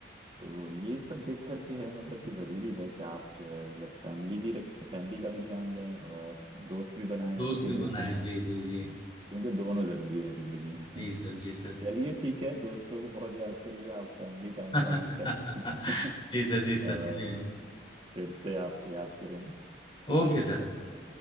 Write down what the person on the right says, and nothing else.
तो ये सब देख करके है मतलब कि जरूरी है कि आप जो है मतलब फैमिली भी रखें फैमिली का भी ध्यान दें और दोस्त भी बनाएं
अच्छे
दोस्त
बनाएं
क्योंकि दोनों जरूरी है जिंदगी
चलिए ठीक है दोस्तों को बहुत याद कर लिया आप फैमिली टाइम
का वक्त है <laughs>
अ,
फिर से आपको याद करेंगे ठीक
है